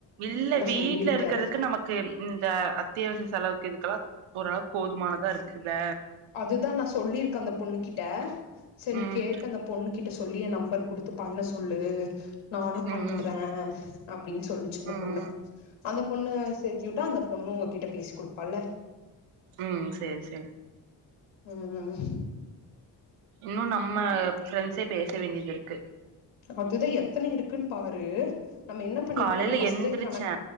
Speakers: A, on the right; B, on the left.
A: இல்ல வீட்டுல
B: சொல்லியிருக்கே
A: இருக்குறதுக்கு நமக்கு இந்த அத்தியாவசிய செலவுக்கு இதுக்கெல்லா ஓரளவுக்கு போதுமானதா இருக்குல
B: அதுதா நா சொல்லிருக்கே அந்த பொண்ணு கிட்ட சரி நீ
A: ம்
B: கேட்டு அந்த பொண்ணு கிட்ட சொல்லி எ நம்பர் குடுத்து பண்ணசொல்லு நானு பண்றே
A: ம் ம்
B: அப்படின்னு சொல்லுச்சு அந்த
A: ம்
B: பொண்ணு அந்த பொண்ணு சேத்திவிட்டா அந்த பொண்ணு உங்ககிட்ட பேசி குடுப்பால
A: ம் சேரி சேரி
B: ம்
A: இன்னு நம்ம ப்ரண்ட்ஸே பேச வேண்டியது இருக்கு
B: அதுதா எத்தன இருக்குன்னு பாரு நம்ம என்ன பண்ணிருக்கணு
A: காலைல
B: ஃபர்ஸ்டே
A: எந்திரிச்சே
B: கணக்